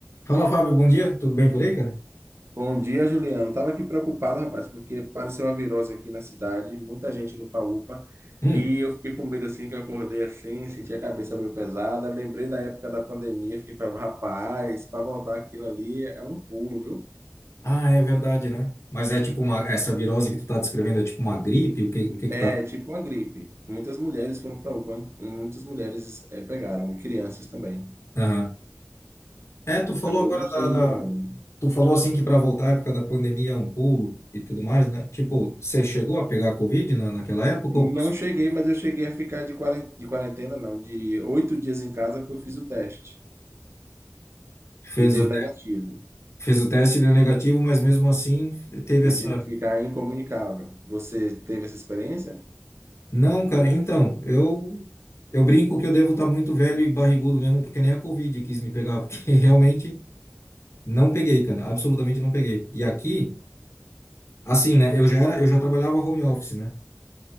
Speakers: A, on the left; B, on the right.
A: Fala, Fábio, bom dia. Tudo bem por aí, cara?
B: Bom dia, Juliano. Estava aqui preocupado, rapaz, porque apareceu uma virose aqui na cidade, muita gente no UPA,
A: Hum.
B: e eu fiquei com medo assim que eu acordei assim, senti a cabeça meio pesada. Lembrei da época da pandemia, fiquei falando, rapaz, para voltar aquilo ali é um pulo, viu?
A: Ah, é verdade, né? Mas é tipo uma, essa virose que tu tá descrevendo é tipo uma gripe? O que o que
B: É
A: que tá?
B: tipo uma gripe. Muitas mulheres foram para UPA, hein? muitas mulheres eh, pegaram, e crianças também.
A: Aham. É, tu falou
B: Aí
A: agora
B: eu não
A: da,
B: sei
A: da-
B: o nome.
A: tu falou assim que para voltar à época da pandemia é um pulo e tudo mais, né? Tipo, você chegou a pegar Covid na, naquela época
B: Não
A: ou passou?
B: cheguei, mas eu cheguei a ficar de quarentena, de quarentena, não, de oito dias em casa que eu fiz o teste
A: Fez
B: e deu
A: o,
B: negativo.
A: fez o teste e deu negativo, mas mesmo assim teve
B: Eu
A: essa.
B: tive que ficar incomunicável. Você teve essa experiência?
A: Não, cara, então, eu eu brinco que eu devo estar muito velho e barrigudo mesmo, porque nem a Covid quis me pegar, porque <laughs> realmente Não peguei, cara, absolutamente não peguei. E aqui, assim, né, eu já era, eu já trabalhava home office, né?